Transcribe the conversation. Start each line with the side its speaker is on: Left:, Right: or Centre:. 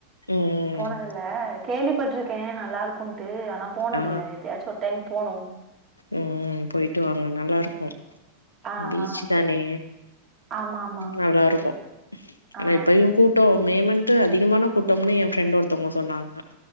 Left: ம்
Right: போனதி ல்ல கேள்விபட்ருக்கே நல்லாருக்குன்ட்டு ஆனா போனதில்ல
Left: ஆ
Right: எப்பயாச்சு ஒரு டைம் போனு
Left: ம் போயிட்டு வாங்க நல்லாருக்கு
Right: ஆ
Left: பீச்சு
Right: ஆ
Left: தானே
Right: ஆமா ஆமா
Left: நல்லா இருக்கு ஆனா
Right: ஆ
Left: இப்பயு கூ ட்டோ மே மன்த்து அதிகமான கூட்டம்னு எ ஃப்ரெண்டு ஒருத்தவுங்க சொன்னாங்க